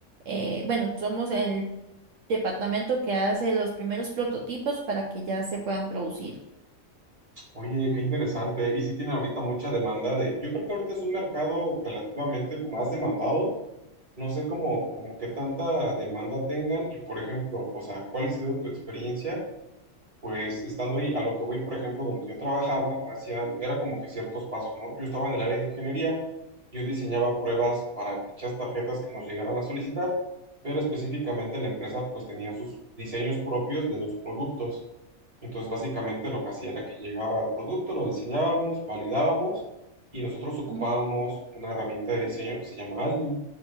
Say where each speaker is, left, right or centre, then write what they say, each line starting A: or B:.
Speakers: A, on the right (about 70°); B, on the right (about 25°).
A: eh, bueno, somos el departamento que hace los primeros prototipos para que ya se puedan producir.
B: Oye, qué interesante. Y sí tiene ahorita mucha demanda de... Yo creo que ahorita es un mercado relativamente más demandado No sé cómo, como qué tanta demanda tengan y, por ejemplo, o sea, ¿cuál ha sido tu experiencia? pues estando ahí, a lo que voy, por ejemplo, donde yo trabajaba, hacía, era como que ciertos pasos, ¿no? Yo estaba en el área de ingeniería, yo diseñaba pruebas para dichas tarjetas que nos llegaran a solicitar, pero específicamente la empresa pues tenía sus diseños propios de los productos. Entonces, básicamente lo que hacía era que llegaba el producto, lo diseñábamos, validábamos y nosotros ocupábamos
A: Ujú.
B: una herramienta de diseño que se llama Altium.